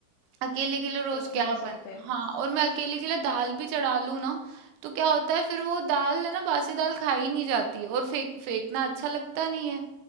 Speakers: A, on the right (about 80°); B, on the left (about 80°).
A: अकेले के लिए रोज
B: रख भी
A: क्या
B: नहीं
A: बना
B: सकते
A: हाँ और मैं अकेले के लिए दाल भी चढ़ा लूँ ना तो क्या होता है फिर वो दाल है ना बासी दाल खाई नहीं जाती है और फेंक फेंकना अच्छा लगता नहीं है